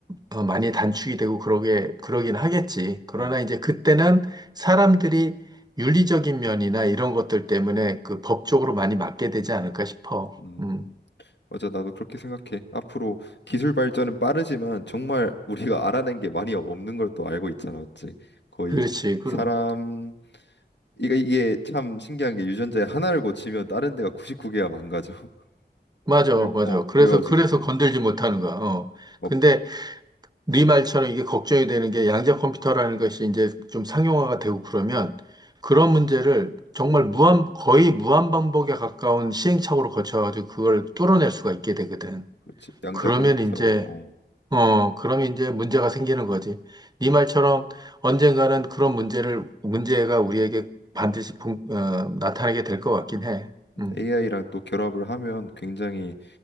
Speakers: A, on the right; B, on the left.
A: 어, 많이 단축이 되고 그러게 그러긴 하겠지. 그러나
B: 음,
A: 이제 그때는 사람들이 윤리적인 면이나 이런 것들 때문에 그 법적으로 많이 맞게 되지 않을까 싶어.
B: 음.
A: 음,
B: 맞아, 나도 그렇게 생각해. 앞으로 기술 발전은 빠르지만 정말 <laughs> 우리가 알아낸 게 많이 없는 걸 또 알고 있잖아, 맞지? 거의
A: 그렇지. 그럼
B: 사람 이게 이게 참 신기한 게 유전자에 하나를 고치면 다른 데가 99개가 망가져. <laughs>
A: 맞아,
B: 그래,
A: 맞아.
B: 어,
A: 그래서
B: 그래가지고
A: 그래서
B: 어,
A: 건들지 못하는 거야. 어.
B: 막
A: 근데 네 말처럼 이게 걱정이 되는 게 양자 컴퓨터라는 것이 이제 좀 상용화가 되고 그러면 그런 문제를 정말 무한, 거의 무한 반복에 가까운 시행착오를 거쳐가지고 그걸 뚫어낼 수가 있게 되거든.
B: 그렇지. 양자
A: 그러면
B: 컴퓨터랑
A: 이제,
B: 어,
A: 어, 그러면 이제 문제가 생기는 거지. 네 말처럼 언젠가는 그런 문제를, 문제가 우리에게 반드시 분- 어, 나타나게 될 것 같긴 해. 음,
B: AI랑 또 결합을 하면 굉장히